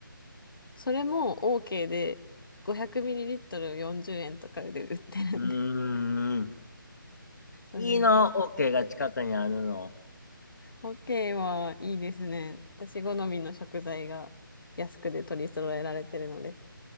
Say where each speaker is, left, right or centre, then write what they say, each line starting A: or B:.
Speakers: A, on the left (about 70°); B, on the left (about 55°).
A: それも OK で、500ml40 円とかで売ってるんで。
B: うーん。
A: それ
B: いいな、オーケーが近くにあるの。
A: ホッケーはいいですね。私好みの食材が安くで取り揃えられてるので